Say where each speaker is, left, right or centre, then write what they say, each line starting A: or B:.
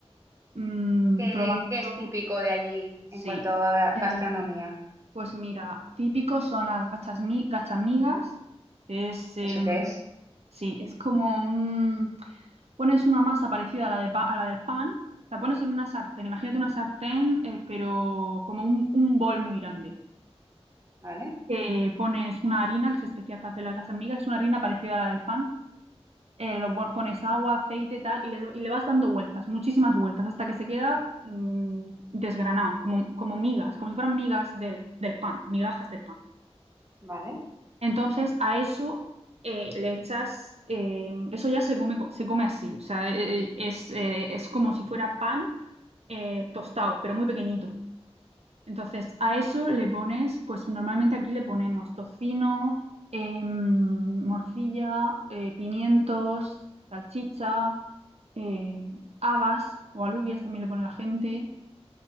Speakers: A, on the right; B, on the right.
A: Mm,
B: ¿Qué,
A: probando,
B: qué es típico de allí
A: sí.
B: en cuanto a ga-
A: Eh,
B: gastronomía?
A: pues mira, típicos son las gachas, mi- gachamigas. Es, em,
B: ¿Eso qué es?
A: sí, es como un... Pones una masa parecida a la, de pa- a la del pan, la pones en una sartén. Imagínate una sartén, eh, pero como un, un bol muy grande.
B: ¿Vale?
A: Eh, pones una harina que es especial para hacer las gachas migas es una harina parecida a la del pan. eh, lo pon- pones agua, aceite, tal, y le, y le vas dando vueltas, muchísimas vueltas, hasta que se queda mm, desgranado, como, como migas, como si fueran migas del, del pan, migajas del pan.
B: ¿Vale?
A: Entonces a eso eh, le echas, eh, eso ya se come, co- se come así, o sea, eh, es, eh, es como si fuera pan eh, tostado, pero muy pequeñito. Entonces, a eso le pones, pues normalmente aquí le ponemos tocino, em, morcilla, eh, pimientos, salchicha, em, habas o alubias también le pone la gente.